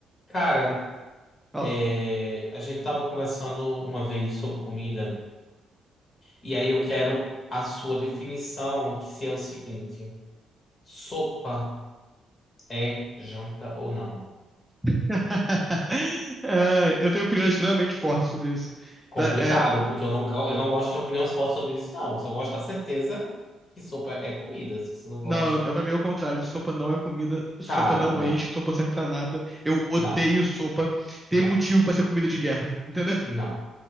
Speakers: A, on the left; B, in the centre.
A: Cara,
B: Fala.
A: é, a gente tava conversando uma vez sobre comida, e aí eu quero a sua definição, que se é o seguinte: sopa é janta ou não?
B: <laughs> É, eu tenho opiniões extremamente fortes sobre isso.
A: Complicado,
B: Pra- é,
A: porque eu não, go- eu não gosto de opiniões fortes sobre isso, não. Eu só gosto da certeza que sopa é comida. Se você não gosta.
B: Não, é pra mim é o contrário. Sopa não é comida, sopa
A: Cara,
B: não
A: não,
B: enche, sopa não serve pra nada. Eu odeio
A: não,
B: sopa. Tem
A: não,
B: motivo pra ser comida de guerra, entendeu?
A: não,